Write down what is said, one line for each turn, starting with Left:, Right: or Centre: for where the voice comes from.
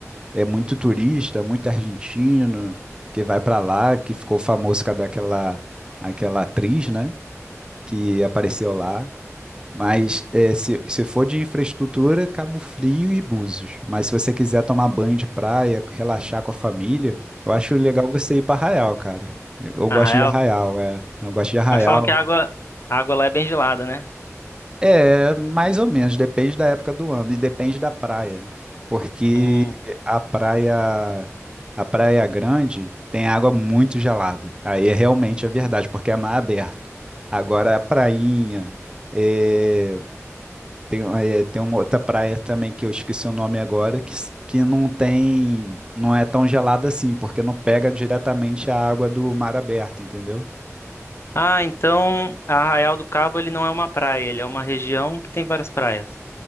Right: é muito turista, muito argentino que vai para lá, que ficou famoso por causa daquela aquela atriz, né, que apareceu lá. Mas é, se, se for de infraestrutura, Cabo Frio e Búzios. Mas se você quiser tomar banho de praia, relaxar com a família, eu acho legal você ir para Arraial, cara. Eu, eu
Left: Ah,
Right: gosto
Left: Arraial?
Right: de Arraial, é. Eu gosto de Arraial.
Left: Mas falam que a água, a água lá é bem gelada, né?
Right: É, mais ou menos, depende da época do ano e depende da praia. né? Porque
Left: Hum.
Right: a praia, a Praia Grande tem água muito gelada. Aí é realmente a verdade, porque é mar aberto. Agora a prainha. é, Tem, é, tem uma outra praia também que eu esqueci o nome agora, que, s- que não tem, não é tão gelada assim, porque não pega diretamente a água do mar aberto, entendeu?
Left: Ah, então Arraial do Cabo ele não é uma praia, ele é uma região que tem várias praias.